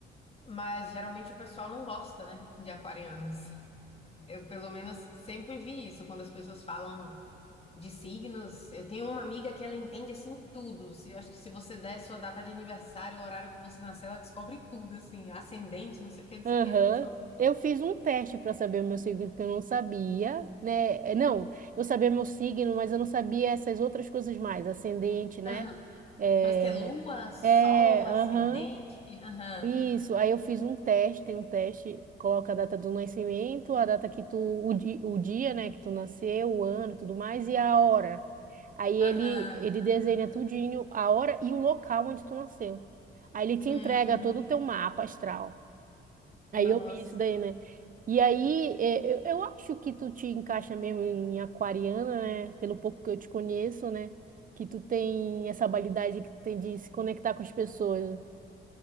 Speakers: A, on the left; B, on the right.
A: mas geralmente o pessoal não gosta, né, de aquarianos. Eu, pelo menos, sempre vi isso quando as pessoas falam de signos. Eu tenho uma amiga que ela entende assim tudo. Se- Eu acho que se você der sua data de aniversário, o horário que você nasceu, ela descobre tudo, assim, ascendente, não sei o que, não
B: Aham.
A: sei o que, ela descobre.
B: Eu fiz um teste para saber o meu signo, que eu não sabia, né? É, Não, eu sabia meu signo, mas eu não sabia essas outras coisas mais, ascendente, né?
A: Aham.
B: É,
A: Parece que é lua, sol,
B: é,
A: ascendente.
B: aham.
A: Aham.
B: Isso, aí eu fiz um teste, tem um teste, coloca a data do nascimento, a data que tu, o, di- o dia, né, que tu nasceu, o ano, tudo mais, e a hora. Aí ele,
A: Aham.
B: ele desenha tudinho, a hora e o local onde tu nasceu. Aí ele te
A: Hum,
B: entrega todo o teu mapa astral. Aí
A: nossa.
B: eu vi isso daí, né? E aí, é, eu, eu acho que tu te encaixa mesmo em aquariana, né? Pelo pouco que eu te conheço, né? Que tu tem essa habilidade que tu tem de se conectar com as pessoas.